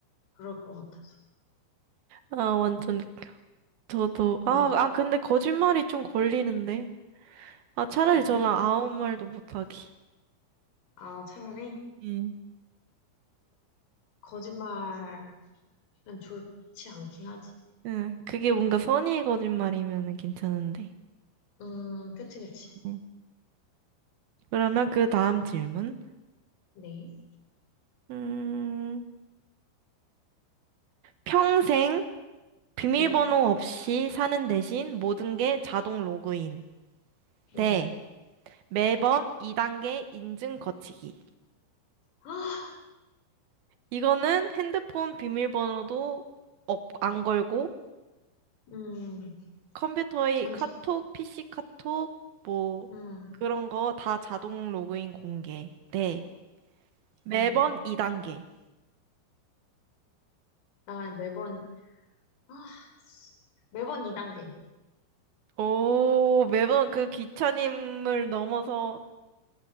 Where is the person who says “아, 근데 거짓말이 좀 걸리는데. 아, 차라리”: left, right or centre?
Right